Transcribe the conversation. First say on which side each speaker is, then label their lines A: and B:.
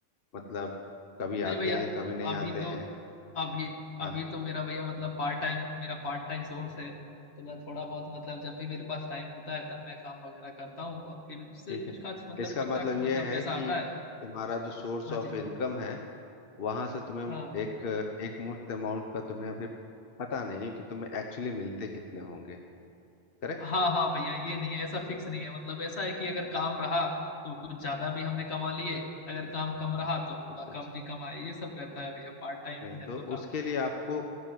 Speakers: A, on the left; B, on the left.
A: मतलब कभी
B: नहीं
A: आते
B: भैया
A: हैं कभी नहीं
B: अभी
A: आते
B: तो
A: हैं
B: अभी
A: हाँ
B: अभी तो मेरा भैया मतलब पार्ट टाइम मेरा पार्ट टाइम सोर्स है तो मैं थोड़ा बहुत मतलब जब भी मेरे पास टाइम होता है तब मैं काम वगैरह करता हूँ और फिर उससे
A: ठीक
B: कुछ
A: है
B: खास मतलब
A: इसका
B: ठीक
A: मतलब
B: ठाक मतलब
A: यह
B: पैसा
A: है कि
B: आता है
A: तुम्हारा जो सोर्स
B: हाँ
A: ऑफ
B: जी
A: इनकम है वहां से तुम्हें
B: हाँ
A: एक एक मुश्त अमाउंट का तुम्हें अभी पता नहीं है कि तुम्हें एक्चुअली मिलते कितने होंगे करेक्ट
B: हाँ हाँ भैया ये नहीं है ऐसा फिक्स नहीं है मतलब ऐसा है कि अगर काम रहा तो कुछ ज्यादा भी हमने कमा लिए अगर काम कम रहा तो थोड़ा
A: अच्छा अच्छा।
B: कम भी कमाए ये सब रहता है भैया पार्ट टाइम
A: नहीं
B: है
A: तो
B: तो काम
A: उसके लिए आपको